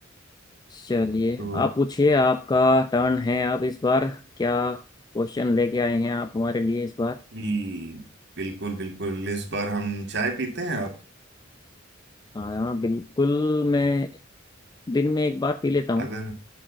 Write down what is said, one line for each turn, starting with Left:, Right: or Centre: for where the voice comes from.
Left: चलिए
Right: तो
Left: आप पूछिए आपका टर्न है आप इस बार क्या क्वेश्चन लेके आए हैं आप हमारे लिए इस बार
Right: जी बिल्कुल बिल्कुल इस बार हम चाय पीते हैं आप
Left: हाँ बिल्कुल मैं दिन में एक बार पी लेता हूँ
Right: अगर